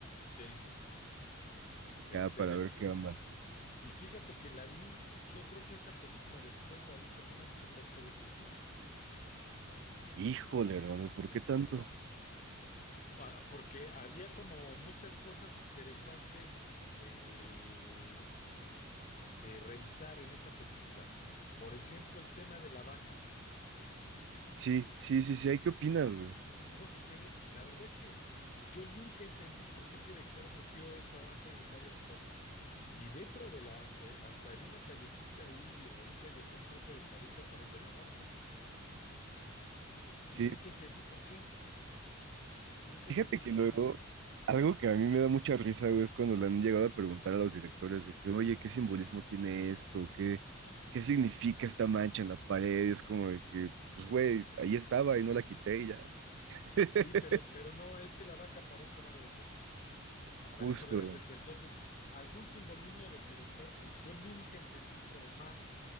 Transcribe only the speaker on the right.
acá
para ver qué onda.
Híjole, hermano, ¿por
qué tanto?
Sí, sí, sí, sí, ¿hay qué opinas, güey?
Sí.
Fíjate
que
luego,
algo que a mí me da mucha risa, güey, es cuando le han llegado a preguntar a los directores de que, oye, ¿qué simbolismo tiene esto? ¿Qué, qué significa esta mancha en la pared? Y es como de que, pues, güey, ahí estaba y no la quité y ya. <laughs>
Justo.